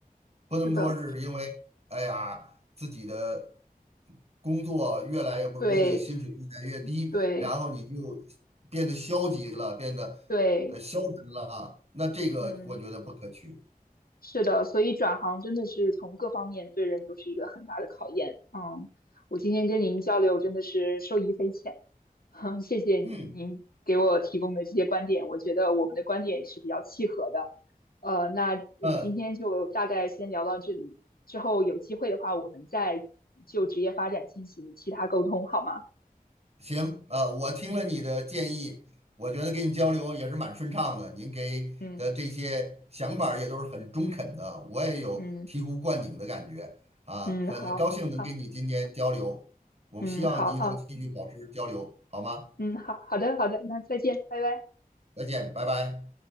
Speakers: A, on the right; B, on the left.
A: 不能说是因为哎呀自己的
B: 是的，
A: 工作越来越不如意，
B: 对
A: 薪水越来越低，
B: 对
A: 然后你就变得消极了，变得呃消沉了。
B: 对，
A: 那这个我觉得不可取。
B: 嗯。是的，所以转行真的是从各方面对人都是一个很大的考验。嗯，我今天跟您交流真的是受益匪浅，<laughs> 哼，谢谢您给我提供的这些观点，
A: 嗯
B: 我觉得我们的观点也是比较契合的。呃，那我们今天就大概先聊到这里，
A: 嗯，呃
B: 之后有机会的话，我们再就职业发展进行其他沟通，好吗？
A: 行，呃，我听了你的建议，
B: 嗯
A: 我觉得跟你交流也是蛮顺畅的。您给的这些想法儿也都是很中肯的，
B: 嗯
A: 我也有醍醐灌顶的感觉啊，
B: 嗯嗯，
A: 很高兴能跟你今天交流。
B: 好好，
A: 我们希望以后继续保持交流，
B: 嗯好啊，
A: 好吗？
B: 嗯好好的好的，那再见，拜拜。
A: 再见，拜拜。